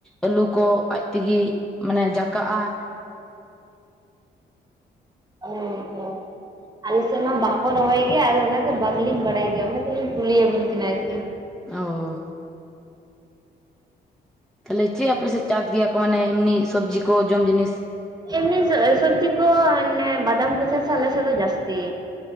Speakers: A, in the centre; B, on the right.
A: ᱟᱹᱞᱩ ᱠᱚ ᱟᱡ ᱛᱮᱜᱮ ᱢᱟᱱᱮ ᱡᱟᱠᱟᱜᱼᱟ᱾
B: ᱚᱸᱻ ᱦᱸᱻ᱾ ᱟᱞᱮ ᱥᱮᱫ ᱢᱟ ᱵᱟᱠᱚ ᱨᱚᱦᱚᱭ ᱜᱮᱭᱟ ᱟᱫᱚ ᱚᱱᱟᱛᱮ ᱵᱟᱝᱞᱤᱧ ᱵᱟᱲᱟᱭ ᱜᱮᱭᱟ ᱚᱱᱟ ᱛᱮᱞᱤᱧ ᱠᱩᱞᱤᱭᱮᱵᱤᱱ ᱠᱟᱱᱟ ᱟᱨᱠᱤ᱾
A: ᱚᱳ ᱛᱟᱦᱚᱞᱮ ᱪᱮᱫ ᱟᱯᱮ ᱥᱮᱫ ᱪᱟᱥ ᱜᱮᱭᱟ ᱠᱚ ᱢᱟᱱᱮ ᱮᱢᱱᱤ ᱥᱚᱵᱽᱡᱤ ᱠᱚ ᱡᱚᱢ ᱡᱤᱱᱤᱥ
B: ᱮᱢᱱᱤ ᱥᱚᱵᱽᱡᱤ ᱠᱚ ᱚᱱᱮ ᱵᱟᱫᱟᱢ ᱠᱚ ᱪᱟᱥᱟ ᱟᱞᱮᱥᱮᱫ ᱫᱚ ᱡᱟᱹᱥᱛᱤ᱾